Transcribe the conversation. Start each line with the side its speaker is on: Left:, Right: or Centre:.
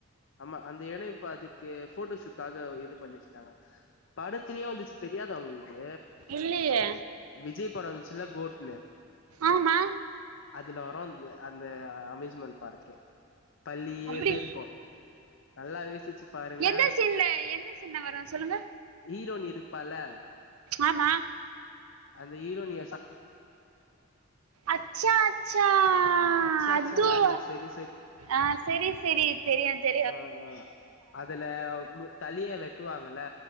Left: ஆமா அந்த எடொ இப்ப அதுக் கே ஃபோட்டோ சூ காக இது பண்ணி வச்சிட்டாங்க படத்துலயே வந்துச்சு தெரியாதா உங்களுக்கு
Right: இல்லையே
Left: விஜய் படொ வந்துச்சுல்ல கோட்னு
Right: ஆமா
Left: அதுல வரு அந்த அந்த அம்மேஸ்மெண்ட் பார்க்கு பழியது
Right: அப்படி
Left: இருக்கு நல்லா யோசிச்சு பாருங்க
Right: எந்த சீன்ல எந்த சீன்ல வரும் சொல்லுங்க
Left: ஹீரோனி இருப்பால்ல
Right: ஆமா
Left: அந்த ஹீரோனி
Right: அச்சா அச்சா ஆ
Left: அச்சாச்சல்லா
Right: அதுவா
Left: இல்ல சரி
Right: ஆ சரி சரி தெரியும் தெ
Left: ஆஹ் ஆஹ் அதுல தளிய வெட்டுவாங்கல்ல